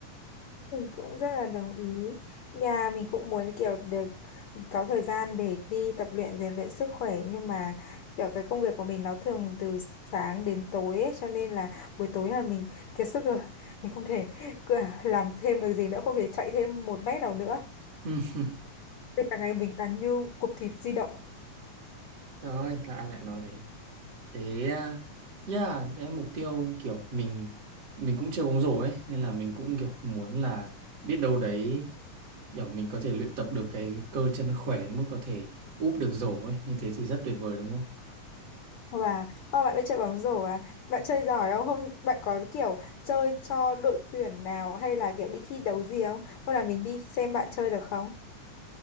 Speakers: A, on the left; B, on the right.
A: Mình cũng rất là đồng ý. Nhà mình cũng muốn kiểu được có thời gian để đi tập luyện rèn luyện sức khỏe nhưng mà kiểu cái công việc của mình nó thường từ sáng đến tối ấy, cho nên là buổi tối là mình kiệt sức rồi. Mình không thể cứ- <laughs> làm thêm được gì nữa, không thể chạy thêm một mét nào nữa.
B: Ừ,
A: Nên cả ngày mình càng như cục thịt di động.
B: trời ơi, là ai lại nói thế? Thế à, yeah, đấy là mục tiêu kiểu mình mình cũng chơi bóng rổ ấy nên là mình cũng kiểu muốn là biết đâu đấy kiểu mình có thể luyện tập được cái cơ chân khỏe đến mức có thể úp được rổ ấy như thế thì rất tuyệt vời đúng không
A: Và ô bạn biết chơi bóng rổ à? Bạn chơi giỏi không? Không, bạn có kiểu chơi cho đội tuyển nào hay là kiểu đi thi đấu gì không? Hôm nào mình đi xem bạn chơi được không?